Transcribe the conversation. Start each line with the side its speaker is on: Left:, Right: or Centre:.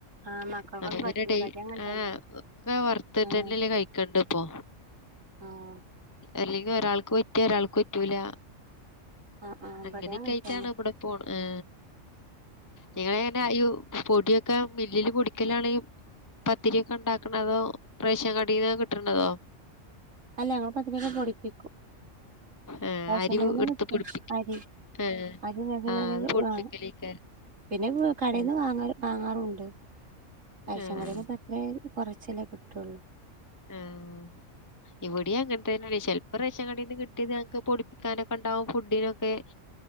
Right: ആഹ് മക്കൾക്കൊന്നും
Left: ആ പിന്നെ
Right: പറ്റില്ല
Left: ടെ
Right: ഇവടിം അങ്ങനെ
Left: ആ
Right: തന്നെ
Left: ഒക്കെ വറുത്തട്ടന്നെല്ലേ
Right: ആഹ്
Left: കഴിക്കണ്ടപ്പോ
Right: ആഹ്
Left: അല്ലെങ്കി ഒരാൾക്ക് പറ്റിയ ഒരാൾക്ക് പറ്റൂല
Right: ആഹ് ആഹ്
Left: അങ്ങനെക്കെ
Right: ഇബടിം അങ്ങനെ
Left: ആയിട്ടാണ്
Right: തന്നെ
Left: അവിടെ പോണ് ഏ നിങ്ങള എങ്ങനെ യ പൊടിയൊക്കെ മമില്ലില് പൊടിക്കലാണ് പത്തിരിക്കെ ഇണ്ടാക്കണതോ റേഷൻ കടയിന്ന കിട്ടണ്ണ്ടതോ
Right: അല്ല ഞ പത്തിരിക്കൊക്കെ പൊടിപ്പിക്കും
Left: ആഹ്
Right: രശ
Left: അരി
Right: കടേന്നു
Left: എടുത്ത് പൊടിപ്പിക്ക
Right: അരി
Left: ആഹ്
Right: അ ദസഞ്ഞ
Left: ആഹ് അത് പൊട്ടിക്കലേക്കാരം
Right: പിന്നെ കടയിൽന്ന്
Left: ആഹ്
Right: വാങ്ങാ വാങ്ങാറുണ്ട് റേഷൻ
Left: ആഹ്
Right: കാടെന്നു തെന്നെ കുറച്ചല്ലേ കിട്ടുള്ളൂ
Left: ഏഹ്. ഇവിടെയും അങ്ങനെ തന്നെയല്ലേ ചെപ്പം റേഷൻ കടയിന്ന് കിട്ടിയത്ക്ക് പൊടിപ്പിക്കാനൊക്കെ ഉണ്ടാവും ഫുഡിനൊക്കെ